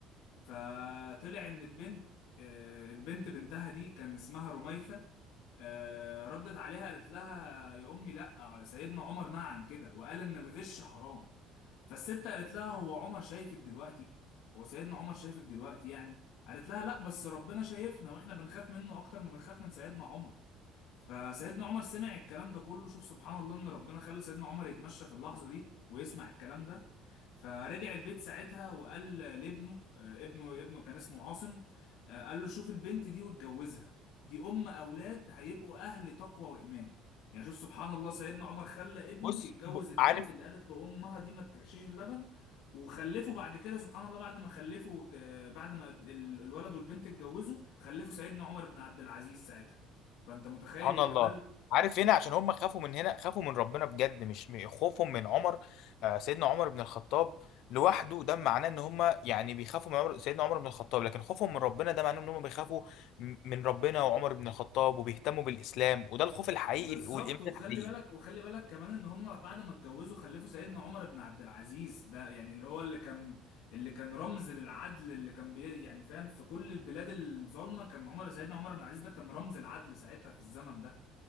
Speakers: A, on the left (about 85°); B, on the left (about 65°).
A: فطلع ان البنت آه، البنت بنتها دي كان اسمها رميثة آه، ردت عليها قالت لها يا امي لا سيدنا عمر نهى عن كده وقال ان الغش حرام فالست قالت لها هو عمر شايفك دلوقتي هو سيدنا عمر شايفك دلوقتي يعني قالت لها لا بس ربنا شايفنا واحنا بنخاف منه اكتر ما بنخاف من سيدنا عمر فسيدنا عمر سمع الكلام ده كله شوف سبحان الله ان ربنا خلى سيدنا عمر يتمشى في اللحظة دي ويسمع الكلام ده فرجع البيت ساعتها وقال لابنه آه، ابنه ابنه كان اسمه عاصم آه، قال له شوف البنت دي واتجوزها دي ام اولاد هيبقوا اهل تقوى وايمان يعني شوف سبحان الله سيدنا عمر خلى ابنه
B: بص
A: يتجوز
B: ب-
A: البنت
B: عارف
A: اللي قالت له امها دي ما تغشيش اللبن وخلفوا بعد كده سبحان الله بعد ما خلفوا ج- بعد ما ابن- ال- الولد والبنت اتجوزوا خلفوا سيدنا عمر بن عبد العزيز ساعتها فانت متخيل
B: سبحان
A: الجمال
B: الله عارف هنا عشان هم خافوا من هنا خافوا من ربنا بجد مش م- خوفهم من عمر آه، سيدنا عمر بن الخطاب لوحده ده معناه ان هم يعني بيخافوا من عمر سيدنا عمر بن الخطاب لكن خوفهم من ربنا ده معناه ان هم بيخافوا م- من ربنا وعمر بن الخطاب وبيهتموا بالاسلام وده الخوف الحقيقي
A: بالظبط
B: والايمان
A: وخلي
B: الحقيقي
A: بالك وخلي بالك كمان ان هم بعد ما اتجوزوا خلفوا سيدنا عمر بن عبد العزيز ده يعني اللي هو اللي كان اللي كان رمز للعدل اللي كان بي يعني فاهم في كل البلاد الظالمه كان عمر سيدنا عمر بن عبد العزيز ده كان رمز العدل ساعتها في الزمن ده